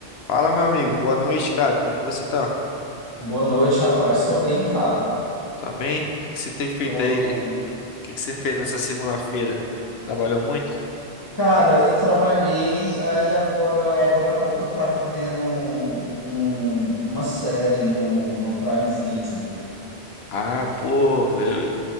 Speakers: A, on the left; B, on the left.
A: Fala, meu amigo. Boa noite, cara. Como é que você tá?
B: Boa noite, rapaz. Tô bem, cara.
A: Tá bem? O que que você tem feito
B: Tô,
A: aí?
B: tô bem.
A: O que que você fez nessa segunda-feira? Trabalhou muito?
B: Cara, eu trabalhei, aí agora, agora há pouco eu tava vendo um- um- uma série no, no Prime Video.
A: Ah, pô, eu, eu